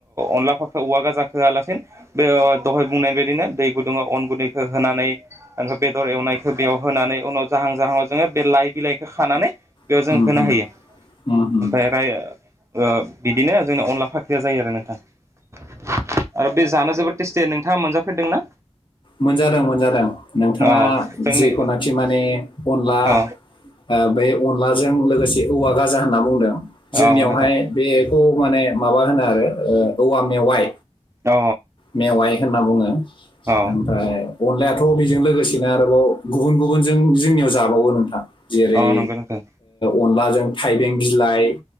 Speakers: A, on the right; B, on the left.
A: अनलाख औवा गााजााख होआलासिनो बे दहाय बुंनाय बायदिनो दै गुदुङा अन गुदै हो होनानै ओफ्राय बेदर एवनायखौ बेयाव होनानै उनाव जाहां जाहां जोङो बे लाइ बिलाइखौ खानानै बेयाव
B: उम
A: जों होनो
B: उम
A: हायो
B: उम औ उम
A: ओमफ्राय
B: उम
A: राय अ बिदिनो जोंना अनला फाख्रिया जायो आरो नोंथां आरो बे जानो जोबोद टेस्टि नोंथाङा मोनजाफेरदोंना?
B: मोनजादों मोनजादों नोंथाङा
A: अ जोंनि
B: जिखुनाखि माने अनला
A: अ
B: अ बे अनलाजों लोगोसे औवा गाजा होनना बुंदों जोंनियावहाय
A: अ नोंथां
B: बे खौ माने माबा होनो आरो औवा मेवाइ
A: अ
B: मेवाइ होनना बुङो
A: औ
B: ओमफ्राय अनलायाथ थ बिजों लोगोसेनो आरोबाव गुबुन गुबुनजों जोंनियाव जाबावो नोंथां जेरै
A: औ नंगौ नोंथां
B: अनलाजों अ थाइबें बिलाइ